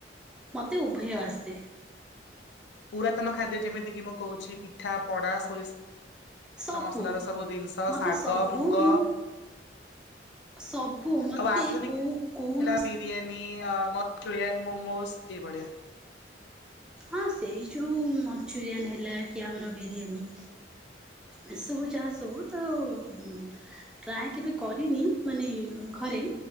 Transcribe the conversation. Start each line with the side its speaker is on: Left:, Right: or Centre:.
Centre: ମୋତେ ଉଭୟ ଆସେ।
Left: ପୁରାତନ ଖାଦ୍ୟ ଯେମିତି କି ମୁଁ କହୁଛି ପିଠା, ପଣା, ସୋରିଷ। ଷ
Centre: ସବୁ
Left: ମସଲାର ସବୁ ଦିନିଷ
Centre: ମତେ
Left: ଶାଗ
Centre: ସବୁ
Left: ମୁଗ।
Centre: ମୁଁ ସବୁ ମତେ
Left: ଆଉ ଆଧୁନିକ
Centre: କୋଉ କୌଣସି।
Left: ହେଲା ବିରିୟାନୀ ଆଁ ମଂଚୁରିଆନ ମୋମୋଜ ଏଇ ଭଳିଆ।
Centre: ହଁ ସେଇ ଯୋଉ ମଞ୍ଚୁରିଆନ ହେଲା କି ଆମର ବିରିୟାନୀ। ଏସବୁ ଯାହା ସବୁ ତ ଉଁ। ଟ୍ରାଏ କେବେ କରିନି ମାନେ ଘରେ